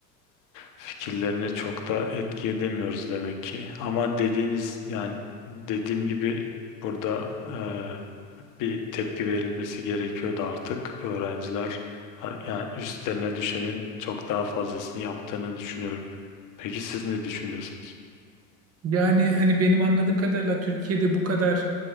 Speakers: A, on the left (about 40°); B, on the right (about 30°).
A: fikirlerini çok da etki edemiyoruz demek ki. Ama dediğiniz yani dediğim gibi burada e, bir tepki verilmesi gerekiyordu artık. Öğrenciler ha, yani üstlerine düşenin çok daha fazlasını yaptığını düşünüyorum. Peki siz ne düşünüyorsunuz?
B: Yani hani benim anladığım kadarıyla Türkiye'de bu kadar